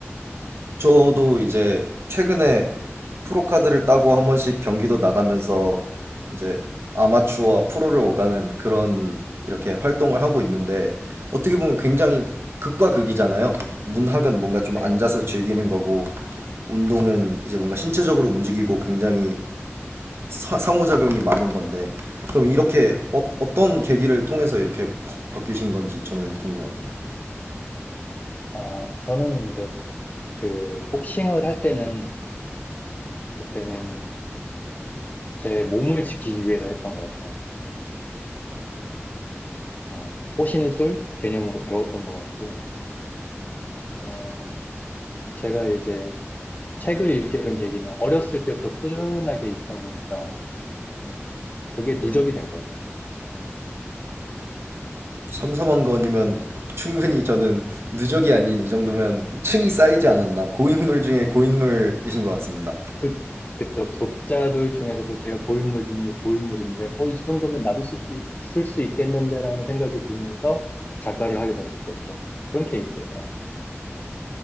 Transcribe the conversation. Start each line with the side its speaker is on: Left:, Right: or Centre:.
Right: 저도 이제 최근에 프로카드를 따고 한 번씩 경기도 나가면서 이제 아마추어와 프로를 오가는 그런 이렇게 활동을 하고 있는데 어떻게 보면 굉장히 극과 극이잖아요. 문학은 뭔가 좀
Left: 네.
Right: 앉아서 즐기는 거고 운동은 이제 뭔가 신체적으로 움직이고 굉장히 사- 상호작용이 많은 건데 그럼 이렇게 어, 어떤 계기를 통해서 이렇게 확 바뀌신 건지 저는 궁금합니다.
Left: 아, 저는 이제 그 복싱을 할 때는 그때는 제 몸을 지키기 위해서 했던 것 같아요. 어, 호신술 개념으로 배웠던 것 같고, 어, 제가 이제 책을 읽게 된 계기는 어렸을 때부터 꾸준하게 읽다 보니까, 음, 그게 누적이 된 거죠.
Right: 삼사번 건이면 충분히 저는 누적이 아닌 이 정도면 층이 쌓이지 않았나 고인물 중에 고인물이신 것 같습니다.
Left: 그, 그쵸. 독자들 중에서도 제가 고인물 중에 고인물인데, 어, 이 정도면 나도 쓸, 수 있- 쓸수 있겠는데라는 생각이 들면서 작가를 하게 된 거죠. 그런 케이스예요.